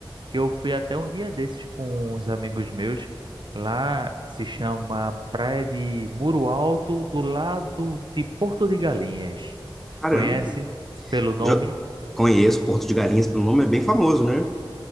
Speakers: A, on the right; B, in the centre.
A: que eu fui até um dia desses com uns amigos meus. Lá se chama Praia de Muro Alto, do lado de Porto de Galinhas.
B: Caramba.
A: Conhece pelo nome?
B: Já conheço Porto de Galinhas pelo nome, é bem famoso, né?